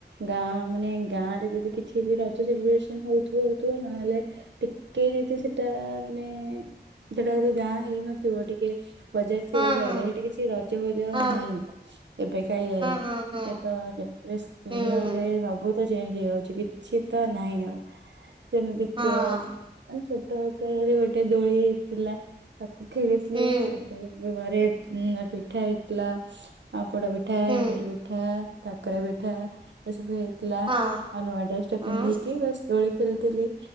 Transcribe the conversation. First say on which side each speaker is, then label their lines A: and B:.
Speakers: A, on the right; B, on the right.
A: ଗାଁ ମାନେ ଗାଁ ରେ ଯଦି କିଛି ବି ରଜ ସେଲିବ୍ରେସନ ହଉଥିବ ହଉଥିବ ନହଲେ। ଟିକେ ଯଦି ସେଟା ମାନେ। ସେଟା ଯଦି ଗାଁ ହେଇନଥିବ ଟିକେ ବଜାର ଥିବ
B: ହଁ
A: ସଇଲା
B: ହଁ
A: ସେଠି କିଛି ରଜ ଫଜ
B: ହଁ
A: ନାହିଁ। ଏବେ ଖାଇବାରେ।
B: ହଁ ହଁ ହଁ
A: ଏ ତ ଯୋଉ <unintelligible> ପିଢି
B: ହୁଁ
A: ଅନୁଯାଇ ସବୁ ତ ଚେଞ୍ଜ ହେଇଯାଉଛି କିଛି ତ ନାହିଁ ଆଉ। ସେମିତି
B: ହଁ
A: କେ ମାନେ ଛୋଟ ଆକାରରେ ଗୋଟେ ଦୋଳି ହେଇଥିଲା। ତାକୁ ଖେଳିଥିଲି
B: ହୁଁ
A: ତାପରେ ବି ଘରେ ଉମ ପିଠା ହେଇଥିଲା। ଆ ପୋଡ଼ ପିଠା
B: ହୁଁ
A: ଏଣ୍ଡୁରି ପିଠା କାକରା ପିଠା ଏସବୁ ହେ ଥିଲା
B: ହଁ
A: ଆ ନୂଆ ଡ୍ରେସ୍ ଟେ
B: ହଁ
A: ପିନ୍ଧିକିି ବାସ୍। ଦୋଳି ଖେଳିଥିଲି